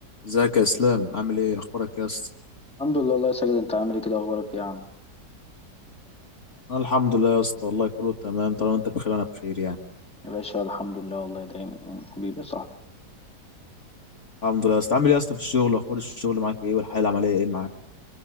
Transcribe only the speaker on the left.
ازيك يا اسلام عامل ايه اخبارك يا اسطى
انا الحمد لله يا اسطى والله كله تمام طالما انت بخير انا بخير يعني
الحمد لله يا اسطى عامل ايه يا اسطى في الشغل واخبار الشغل معاك ايه والحياه العمليه ايه معاك